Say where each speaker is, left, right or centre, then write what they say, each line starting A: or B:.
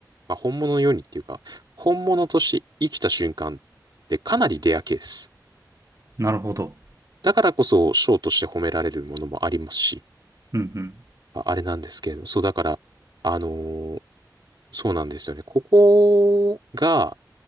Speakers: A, on the right; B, on the right.
A: まあ、本物のようにっていうか、本物として生きた瞬間ってかなりレアケース。
B: なるほど。
A: だからこそ賞として褒められるものもありますし、
B: うんうん。
A: ああれなんですけれども、そうだから、あのーそうなんですよね。ここが、